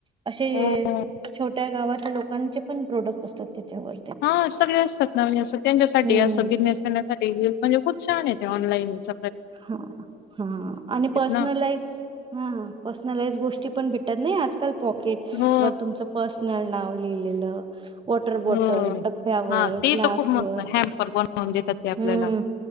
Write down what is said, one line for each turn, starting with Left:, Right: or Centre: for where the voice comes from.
Right: असे,
Left: हो
Right: छोट्या गावातल्या, लोकांचे पण प्रोडक्ट असतात, त्याच्यावर.
Left: हा सगळे असतात ना. म्हणजे अस त्यांच्यासाठी
Right: हम्म
Left: अस बिझनेसमनसाठी. म्हणजे खूप छानय ते. ऑनलाईनच.
Right: ह, ह. आणि पर्सनलाइज
Left: ना.
Right: ह पर्सनलाइज गोष्टी पण भेट नाही आजकाल पॉकेट
Left: हो.
Right: वर तुमचं, पर्सनल नाव लिहिलेलं. वॉटर - बॉटल,
Left: हो.
Right: डब्यावर,
Left: हां, ते
Right: ग्लासवर.
Left: तर खूप मस्त हॅम्पर बनवून देतात ते आपल्याला.
Right: हम्म.